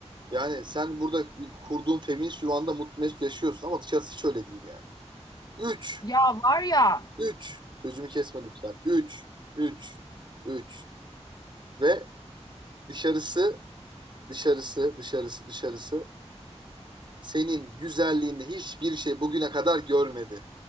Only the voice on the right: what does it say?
Yani sen burada kurduğun feminist yuvanda mutlu mesut yaşıyorsun ama dışarısı hiç öyle değil yani. Üç,
üç. Sözümü kesme lütfen. Üç, 3, 3. Ve dışarısı, dışarısı, dışarısı, dışarısı senin güzelliğini hiçbir şey bugüne kadar görmedi.